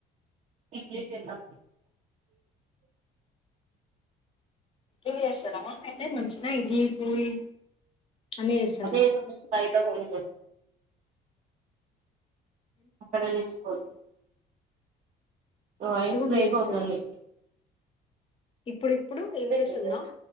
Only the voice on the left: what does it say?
ఏం చేస్తున్నావు మా <unintelligible> వచ్చిన ఇడ్లీ, పూరి అన్ని చేస్తారు
హాస్టల్
కూడా
చేస్తారు
కదా ఇప్పుడు ఇప్పుడు
ఏంటి సన్నా